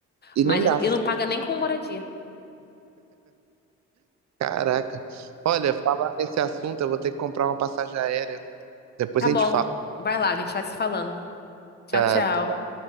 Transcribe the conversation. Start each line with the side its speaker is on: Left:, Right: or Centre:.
Right: E
Left: mas
Right: nem gasto.
Left: e não e não paga nem com moradia.
Right: Caraca. Olha, falar nesse assunto, eu vou ter que comprar uma passagem aérea. Depois
Left: Tá
Right: a
Left: bom.
Right: gente fala.
Left: Vai lá, a gente vai se falando. Tchau,
Right: Já
Left: tchau.